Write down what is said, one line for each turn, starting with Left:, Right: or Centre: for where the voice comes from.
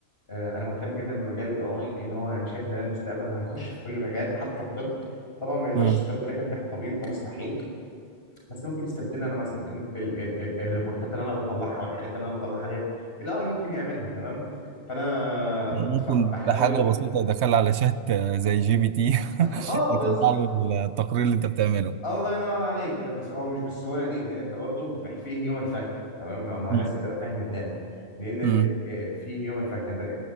Left: آه، انا مهتم جدا بمجال الاي اي لان هو انا شايف ان ده المستقبل وهيخش في كل مجال حتى الطب طبعا ما يقدرش
Right: مم.
Left: يستبدلك انت كطبيب ده مستحيل بس ممكن يستبدلني انا مثلا لان ال ال ال الريبورتات اللي انا بطلعها والحاجات اللي انا بطلعها ديت الاي ممكن يعملها تمام فانا
Right: ممكن
Left: بف... بحاول
Right: بحاجه بسيطه دخل على شات آه، زي جي بي تي <laughs>
Left: <laughs> اه
Right: يطلع
Left: بالظبط
Right: له التقرير اللي انت بتعمله
Left: الله ينور عليك بس هو مش بالسهوله دي لان انت برضه فيه هيومن فاكتور تمام ما هو
Right: مم.
Left: لازم تبقى فاهم الداتا لان ال...
Right: مم.
Left: ال... آه، فيه هيومن فاكتور انت آه،